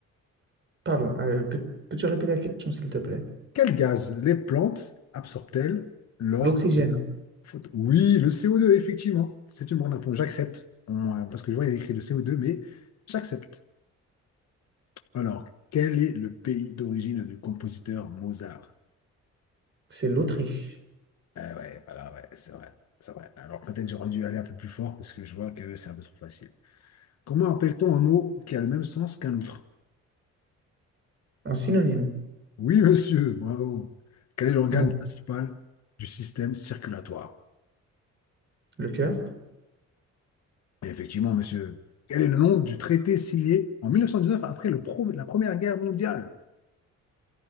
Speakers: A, on the right; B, on the left.
A: Pardon, euh, peux, tu répéter la question, s'il te plaît?
B: Quel gaz les plantes absorbent-elles lors
A: L'oxygène,
B: photo- Oui, le CO2, effectivement. C'est une bonne réponse. J'accepte. On- euh, Parce que je vois, il y a écrit le CO2, mais j'accepte. Alors, quel est le pays d'origine du compositeur Mozart?
A: c'est l'Autriche.
B: Eh ouais, voilà, ouais, c'est vrai. C'est vrai. Alors, peut-être j'aurais dû aller un peu plus fort parce que je vois que c'est un peu trop facile. Comment appelle-t-on un mot qui a le même sens qu'un autre?
A: Un synonyme.
B: Oui, monsieur, bravo. Quel est l'organe
A: Bon,
B: principal du système circulatoire?
A: le cœur,
B: Effectivement, monsieur. Quel est le nom du traité signé en 1919 après le pro- la Première Guerre mondiale?